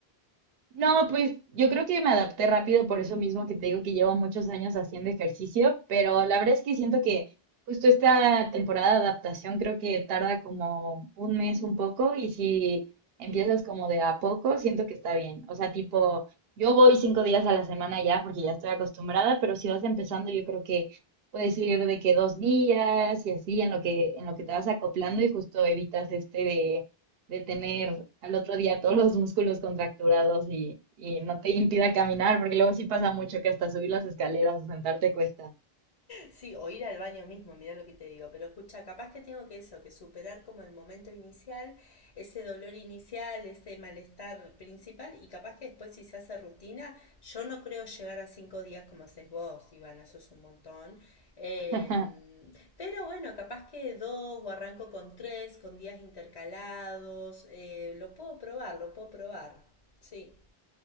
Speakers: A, on the right; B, on the left.
A: No, pues yo creo que me adapté rápido por eso mismo que te digo que llevo muchos años haciendo ejercicio, pero la verdad es que siento que justo esta temporada de adaptación creo que tarda como un mes un poco y si empiezas como de a poco, siento que está bien. O sea, tipo, yo voy cinco días a la semana ya porque ya estoy acostumbrada, pero si vas empezando yo creo que puedes ir de que dos días y así en lo que, en lo que te vas acoplando y justo evitas este de de tener al otro día todos los músculos contracturados y, y no te impida caminar, porque luego sí pasa mucho que hasta subir las escaleras o sentarte cuesta.
B: Sí, o ir al baño mismo, mirá lo que te digo. Pero escucha, capaz que tengo que eso, que superar como el momento inicial, ese dolor inicial, ese malestar principal, y capaz que después si se hace rutina, yo no creo llegar a cinco días como haces vos, Ivana, eso es un montón. Eh,
A: <laughs>
B: pero bueno, capaz que dos o arranco con tres, con días intercalados, eh, lo puedo probar, lo puedo probar. Sí.